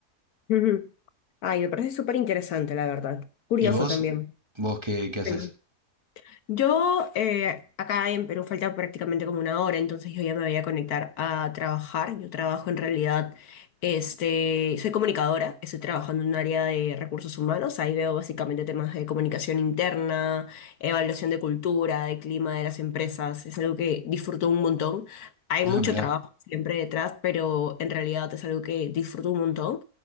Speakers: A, on the left (about 70°); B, on the right (about 15°).
A: Ujú. Ay, me parece súper interesante, la verdad. Curioso
B: ¿Y vos?
A: también.
B: ¿Vos qué, qué haces?
A: Bueno. Yo eh, acá en Perú falta prácticamente como una hora, entonces yo ya me voy a conectar a trabajar. Yo trabajo en realidad, este, soy comunicadora, estoy trabajando en un área de recursos humanos. Ahí veo básicamente temas de comunicación interna, evaluación de cultura, de clima de las empresas. Es algo que disfruto un montón. Hay mucho
B: Ah, mirá.
A: trabajo siempre detrás, pero en realidad es algo que disfruto un montón.